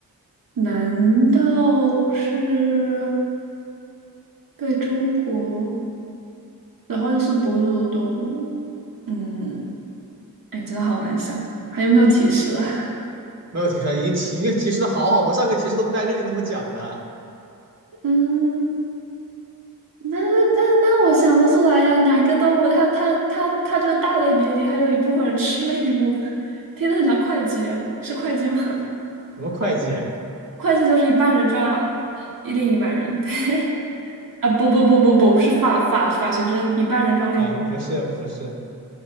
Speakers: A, on the right; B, on the right.
A: 难道是被中国，然后又是哺乳动物？嗯，哎，真的好难想，还有没有提示啊？
B: 没有提示，已经提已经提示的好好，我上个提示都不该跟你那么讲的。
A: <laughs> 嗯，那那那我想不出来呀、哪一个动物它它它它这个大类别里还有一部分人吃另一部分，听着很像会计，是会计吗？
B: 什么会计
A: <laughs> 会计就是一半人抓呃另一半人 <laughs> 啊，不不不不不是法法法学生，一半人抓另一半。
B: 啊？不是不是，